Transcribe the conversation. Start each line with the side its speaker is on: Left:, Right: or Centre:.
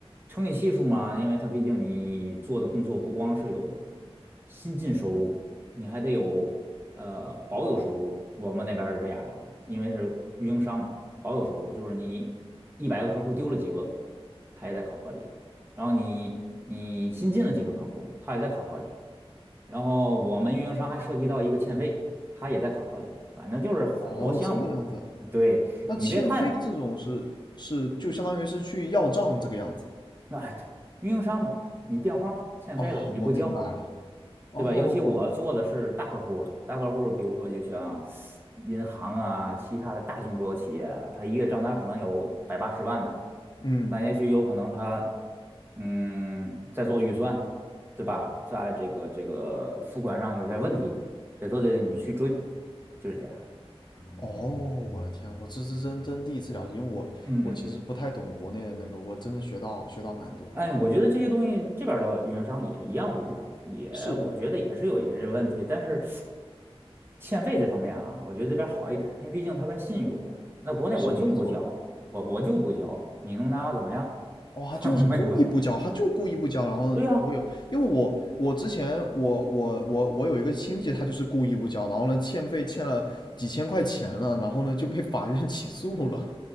Right: 乘以系数嘛，因为它毕竟你做的工作不光是有新进收入，你还得有呃保有收入。我们那边是这样的啊，因为是运营商嘛，保有收入就是你一百个客户丢了几个，它也在考核里；然后你你新进了几个客户，它也在考核里。然后我们运营商还涉及到一个欠费，它也在考核里，反正就是很多项目。
Left: 哦，这个样子。
Right: 啊，对，
Left: 那欠费这种是是就相当于是去要账这个样子。
Right: 你别看，啊，对，运营商嘛，你电话欠费了，
Left: 哦，
Right: 你不交，
Left: 我明白了。哦，
Right: 对吧？尤其我做的是大客户了，
Left: 我明白。
Right: 大客户，比如说就像银行啊，其他的大型国有企业啊，它一月账单可能有百八十万的，
Left: 嗯，
Right: 但也许有可能他嗯，在做预算，对吧？在这个这个付款上有些问题，这都得你去追，就是这样。
Left: 哦，我的天，我这是真真第一次了解，因为我我其实不太懂国内的那个，
Right: 嗯嗯嗯，
Left: 我真的学到学到蛮多。
Right: 哎，我觉得这些东西这边儿的运营商也一样会遇到，也我觉得也是有一些问题，
Left: 是
Right: 但是欠费这方面啊，我觉得这边儿好一点，因为毕竟它跟信用有关。那国内我就不交，
Left: 是，没错。
Right: 我我就不交，你能拿我怎么样？
Left: 哦，
Right: <laughs>
Left: 他就是故意不交，
Right: 没有办法，
Left: 他就故意不交，然后不会有，
Right: 对呀、
Left: 因为我我之前我我我我有一个亲戚，他就是故意不交，然后呢欠费欠了几千块钱了，然后呢就被法院 <laughs> 起诉了。